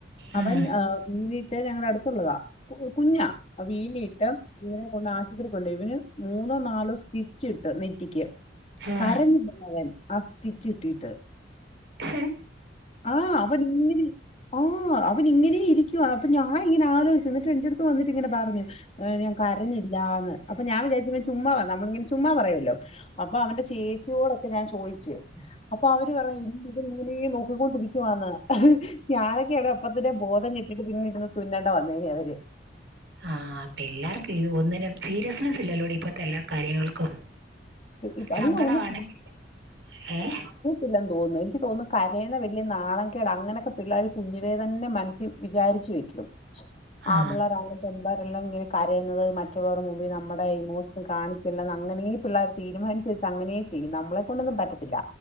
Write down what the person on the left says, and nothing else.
അവൻ വീണീയിട്ട് ഞങ്ങളുടെ അടുത്തുള്ളതാ കുഞ്ഞാ വീണീയിട്ട് ഇവനെ കൊണ്ട് ആശുപത്രി കൊണ്ട് ഇവന് മൂന്നോ നാലോ സ്റ്റിച്ച് ഇട്ട് നെറ്റിക്ക്
കരഞ്ഞില്ലന്നവൻ അസ്ഥിച്ചിട്ടിട്ട്
ആഹ് അവങ്ങനെ ആ അവൻ ഇങ്ങനെ ഇരിക്കുവ അപ്പ ഞാനങ്ങനെ ആലോയിച്ചു എന്നിട്ട് എന്റ അടുത്ത് വന്നിട്ട ഇങ്ങനെ പറഞ്ഞു കരഞ്ഞില്ലാന്ന് പ്പ ഞാൻ വിചാരിച്ച ചുമ്മാവ നമ്മളിങ്ങനെ ചുമ്മാ പറയല്ലോ അപ്പൊ അവന്റെ ചേച്ചിയോടൊക്കെ ഞാൻ ചോയിച്ച് അപ്പൊ അവര് പറയാ ഇ ഇവ ഇങ്ങനെയ നോ രിക്കുവാന്ന് ഞാനൊക്കെ ഇടടെ ഒപ്പത്തിന്റെ ബോധം കെട്ടിട്ട് പിന്നെ ഇര്ന്ന് തുന്നേണ്ട വന്നേന അവര്
ശരി, ഇപ്പ-
അല്ല ഒന്ന്
ഇല്ലന്ന് തോന്നുന്നു എനിക്ക് തോന്നുന്നു കരയുന്ന വലിയ നാളംകേട അങ്ങനെയൊക്കെ പിള്ളേർ കുഞ്ഞിലെ തന്നെ മനസ്സി വിചാരിച്ച വെക്കും
ആമ്പിളരാ എള്ളാവരെല്ലാം ഇങ്ങനെ കരയുന്നത് മറ്റുള്ളവരു മുമ്പേ നമ്മുടെ ഇമോഷൻ കാണിക്ക <unintelligible> ന്ന് അങ്ങനേ പിള്ളേര് തീരുമാനിച്ച് വെച്ച് അങ്ങനേ ചെയ്യും നമ്മളേകൊണ്ടൊന്നും പറ്റത്തില്ല